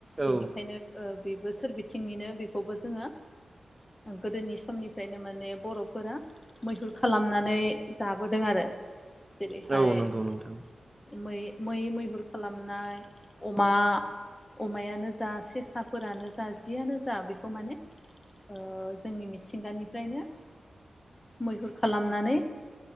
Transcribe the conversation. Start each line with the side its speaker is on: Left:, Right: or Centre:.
Left: बेनिखायनो
Right: औ
Left: ओ-बेबो सोर बिथिंनिनो बेखौबो जोङो गोदोनि समनिफ्रायनो माने बर'फोरा मैहुर खालामनानै जाबोदों आरो। जेरैहाय
Right: औ नंगौ नोंथां
Left: मै मै मैहुर खालामनाय अमा अमायानो जा सेसाफोरानो जा जियानो जा बेखौ माने ओ‌- जोंनि मिथिंगानिफ्रायनो मैहुर खालामनानै